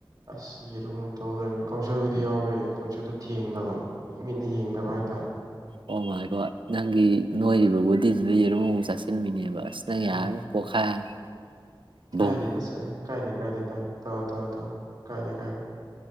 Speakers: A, on the right (about 45°); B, on the right (about 75°).
A: ꯑꯁ ꯌꯦꯔꯨꯡ ꯑꯣꯏꯅ ꯇꯧ ꯂꯩꯔ ꯀꯥꯡꯁꯣꯏꯕꯨꯗꯤ ꯌꯥꯎꯋꯦ ꯀꯥꯡꯁꯣꯏꯗ ꯊꯦꯡꯗꯕ ꯃꯤꯠꯅ ꯌꯦꯡꯗꯕ ꯍꯥꯏꯇꯥꯔꯦ
B: ꯑꯣ ꯃꯥꯥꯏꯀꯣ ꯅꯪꯒꯤ ꯅꯣꯏꯔꯤꯕ ꯕꯣꯗꯤꯗꯨꯗ ꯌꯦꯔꯨꯝ ꯑꯃꯨꯛ ꯆꯥꯁꯤꯟꯕꯤꯅꯦꯕ ꯑꯁ ꯅꯪ ꯌꯥꯔꯔꯣꯏ
A: ꯎꯝ
B: ꯄꯣꯛꯈꯥꯏꯔꯅꯤ
A: ꯀꯥꯏꯗ
B: ꯕꯨꯝ
A: ꯇ ꯀꯥꯏꯗ ꯀꯥꯏ ꯗꯦ ꯇ ꯇ ꯇ ꯑ ꯀꯥꯏꯗꯦ ꯀꯥꯏꯗꯦ